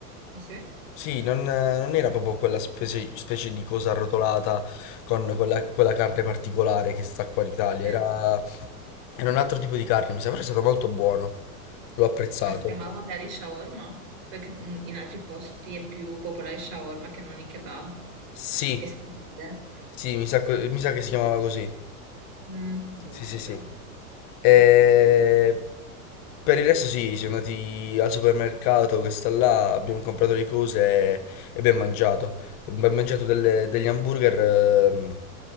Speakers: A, on the right; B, on the left.
A: Ah, sì?
B: Sì, non, eh, non era proprio quella specie, specie di cosa arrotolata con quella, quella carne particolare che sta qua in Italia,
A: Eh.
B: era, era un altro tipo di carne, mi sa, però è stato molto buono, l'ho apprezzato.
A: Ma si chiamava magari shawarma? Perché mh, in altri posti è più popolare il shawarma che non il kebab.
B: Sì,
A: Che stile.
B: sì, mi sa, co- mi sa che si chiamava così.
A: Mm, buono
B: Sì, sì, sì.
A: però. Mm,
B: E
A: mm, mm.
B: per il resto sì, siamo andati al supermercato che sta là, abbiamo comprato le cose e e abbiamo mangiato. Abbiamo mangiato delle- degli hamburger ehm,